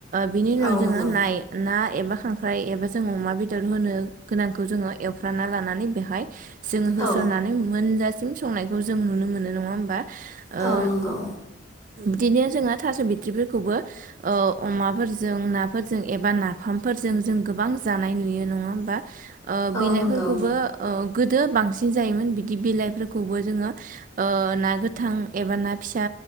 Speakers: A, on the right (about 45°); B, on the left (about 20°).
A: बिनि उनाव
B: औ
A: जोङो
B: नंगौ
A: नाय ना एबा खांख्राय एबा जोङो अमा बेद होनो गोनांखौ जोङो एवफ्राना लानानै बेहाय जोङो होसननानै
B: औ
A: मोनजासि संनायखौ जों नुनो मोनो नङा होमबा? ओम
B: औ नंगौ
A: बिदिनो जोङो थास' बिथ्रिफोरखौबो ओ अमाफोरजों नाफोरजों एबा नाफामफोरजों जों गो गोबां जानाय नुयो नङा होमबा? ओ
B: औ
A: बिलाइफोरखौबो
B: नंगौ
A: ओ गोदो बांसि बांसिन जायोमोन बिदि बिलाइफोरखौबो जोङो ओ ना गोथां एबा ना फिसा